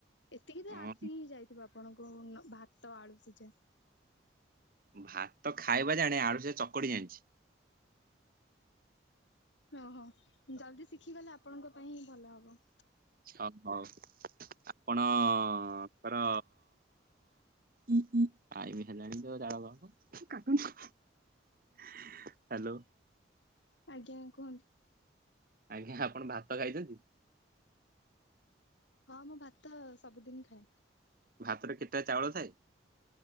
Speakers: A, on the left; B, on the right.
A: ଏତିକି ତ
B: ହଁ
A: ଆସି ହିଁ ଯାଇଥିବ ଆପଣଙ୍କୁ ଭାତ ଆଳୁ ସିଝା।
B: ଭାତ ଖାଇବା ଜାଣେ ଆଳୁ ସିଝା ଚକଡି ଜାଣିଛି।
A: ଓହୋ ଜଲ୍ଦି ଶିଖିଗଲେ ଆପଣଙ୍କ ପାଇଁ ହିଁ ଭଲ ହବ।
B: <unintelligible> ହଉ ଆପଣଙ୍କ ର ଟାଇମି ହେଲାଣି ତ ଜାଳ ଆଉ କାଟୁନ। ହାଲୋ।
A: ଆଜ୍ଞା କୁହନ୍ତୁ।
B: ଆଜ୍ଞା ଆପଣ ଭାତ ଖାଇଛନ୍ତି?
A: ହଁ ମୁଁ ଭାତ ସବୁଦିନ ଖାଏ।
B: ଭାତରେ କେତେଟା ଚାଉଳ ଥାଏ?